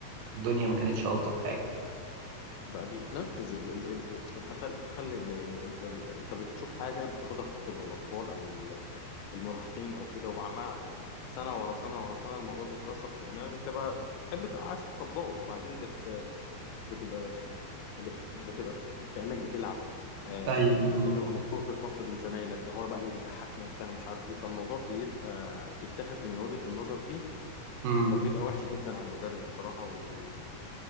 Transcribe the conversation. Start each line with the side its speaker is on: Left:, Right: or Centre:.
Right: فالدنيا ما كانتش ألطف حاجة
Left: بقى بيتنفذ ال... ال... ال... انت خل... تخلي يعني انت ال... انت بتشوف حاجة بتاخدها كقدوة الاطفال او ال- المراهقين او كده وبعمها سنة ورا سنة ورا سنة الموضوع بيترسخ في دماغي بتبقى بتحب تبقى عايز تطبقه وبعدين بت... بتبقى ب- بتبقى كأنك بتلعب آه
Right: ايوه
Left: بتبقى مشهور في الفصل بين زمايلك ده هو بقى اللي بيضحكنا بتاع مش عارف ايه فالموضوع بيبقى بيتاخد من وجهة النظر دي
Right: امم
Left: فبيبقى وحش جدا على المدرس بصراحة ومش